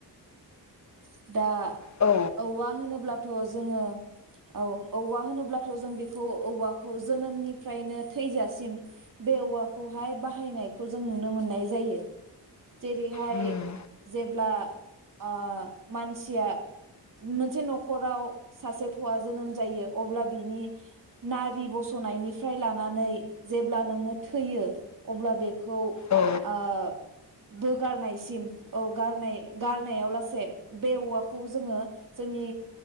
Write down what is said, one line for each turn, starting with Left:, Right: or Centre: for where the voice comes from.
Right: <inaudible> दा
Left: औ
Right: औवा होनोब्ला, थ' जोङो औ औवा होनोब्लाथ' जों बेखौ औवाखौ जोनोमनिफ्रायनो थैजासिम बे औवाखौहाय बाहायनायखौ जों नुनो मोननाय जायो, जेरैहाय
Left: उम
Right: जेब्ला ओ मानसिया मोनसे न'खराव सासे थवा जोनोम जायो अब्ला बिनि नारि बसनायनिफ्राय लानानै जेब्ला नोङो थैयो अब्ला बेखौ
Left: औ
Right: ओ बोगारनायसिम औ गारनाय गारनायाव लासे बे औवाखौ जोङो जोंनि